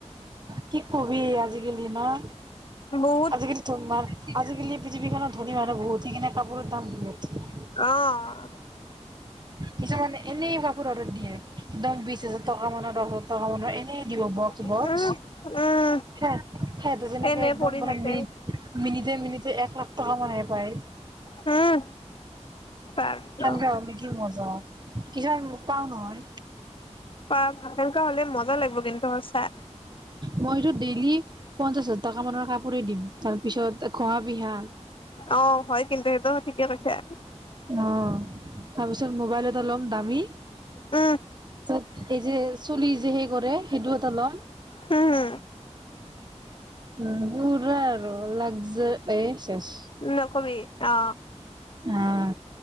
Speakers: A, on the right (about 35°); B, on the left (about 45°).
A: কি কবি আজিকালি ন'?
B: ৰো <unintelligible>
A: আজিকালি তোমাৰ আজিকালি পৃথিৱীখনত ধনী মানুহ বহুত, সেইকাণে কাপোৰৰ দাম বহুত।
B: অ'
A: কিছুমানে এনেই ভা কাপোৰ অৰ্ডাৰ দিয়ে। এদম বিশ হাজাৰ টকা মানৰ, দহ হাজাৰ টকা মানৰ এনেই দিব ব
B: উম
A: বক্স,
B: উম
A: সে সেটো যেনেকে
B: এনে
A: একদম
B: পৰি
A: মানে
B: থাকে
A: মেইন মিনিতে মিনিতে এক লাখ টকা মানহে পায়।
B: উম। তাৰপিছত
A: খান‌ কে অ' কি অছ <unintelligible> কিছুমান ম পাওঁ নহয়।
B: পাম সেনকুৱা হ'লে মজা লাগিব কিন্তু সঁচা।
A: মইটো ডেইলি পঞ্চাশ হাজা টকা মানৰ কাপোৰে দিম, তাৰ পিছত ঘ'হা পিহা
B: অঁ, হয় কিন্তু সেইটো ঠিকে কৈছা।
A: অঁ তাপিছত মোবাইল এটা ল'ম দামী
B: উ,
A: চত ' সেই যে চুলি যে সেই কৰে সেইটো এটা ল'ম।
B: হুম।
A: উম পোৰা আৰু লাগজা এই শেষ।
B: নকবি। অঁ।
A: হুম।